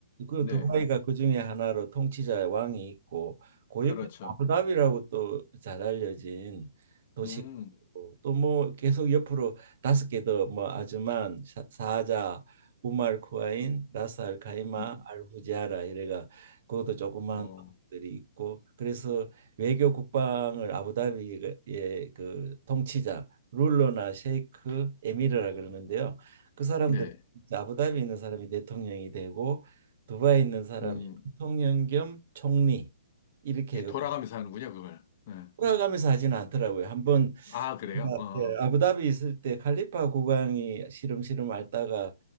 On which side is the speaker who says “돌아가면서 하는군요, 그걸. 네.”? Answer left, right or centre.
Left